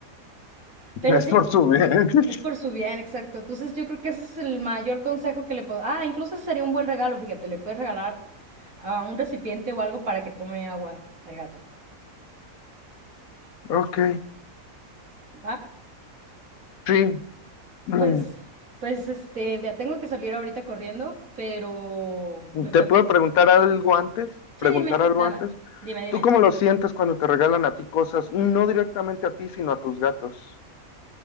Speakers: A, on the right; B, on the left.
A: Pero
B: Es
A: sí,
B: por su bien. <laughs>
A: es por su bien, exacto. Entonces yo creo que ese es el mayor consejo que le puedo... Ah, incluso ese sería un buen regalo, fíjate, le puedes regalar a un recipiente o algo para que tome agua el gato.
B: Ok,
A: ¿Va?
B: sí. Mm.
A: Pues, pues, este, vea, tengo que salir ahorita corriendo, pero me platico.
B: ¿Te puedo preguntar algo antes?
A: Sí,
B: Preguntar
A: dime,
B: algo
A: dama,
B: antes.
A: dime, dime.
B: ¿Tú cómo lo sientes cuando te regalan a ti cosas? No directamente a ti, sino a tus gatos.